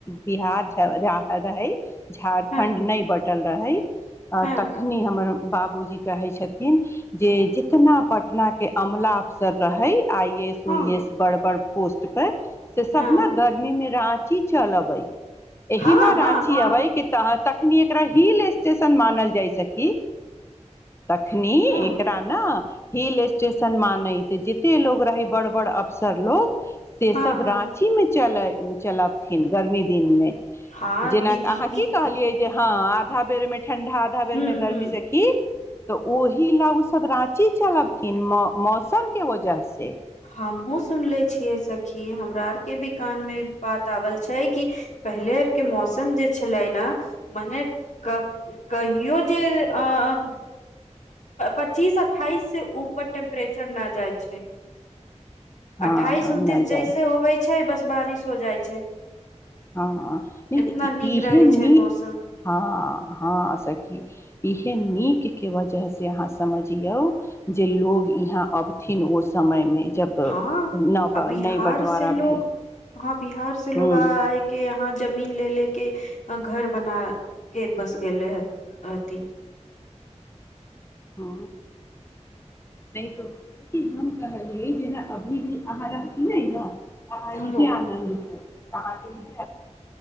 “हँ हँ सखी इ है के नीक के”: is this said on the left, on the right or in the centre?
Left